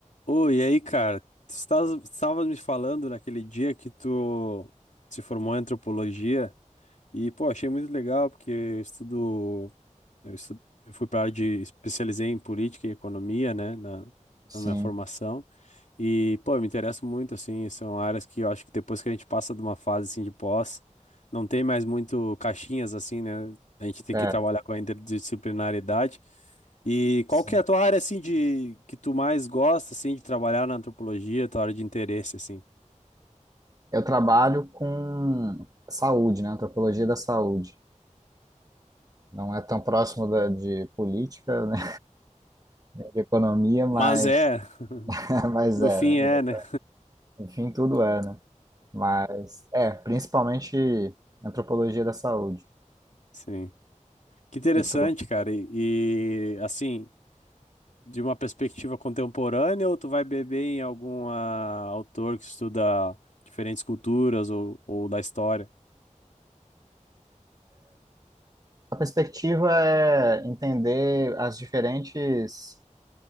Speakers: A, on the left; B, on the right.
A: Oi, e aí, cara? Tu estava me falando naquele dia que tu se formou em antropologia e, pô, achei muito legal porque eu estudo, eu estu- eu fui para área de especializei em política e economia, né, na,
B: Sim,
A: na minha formação. E, pô, eu me interesso muito, assim, são áreas que eu acho que depois que a gente passa de uma fase, assim, de pós, não tem mais muito caixinhas, assim, né? A gente tem
B: é,
A: que trabalhar com a interdisciplinaridade. E qual
B: sim.
A: que é a tua área, assim, de que tu mais gosta, assim, de trabalhar na antropologia, tua área de interesse, assim?
B: Eu trabalho com saúde, né? Antropologia da saúde. Não é tão próximo da, de política, né? <laughs> De economia, mas,
A: Mas é, <laughs>
B: <laughs> mas
A: no
B: é.
A: fim é,
B: né?
A: né?
B: Enfim, tudo é, né? Mas é, principalmente antropologia da saúde.
A: Sim. Que interessante,
B: E tu?
A: cara. E, e, assim, de uma perspectiva contemporânea ou tu vai beber em algum ah, autor que estuda diferentes culturas ou, ou da história?
B: A perspectiva é entender as diferentes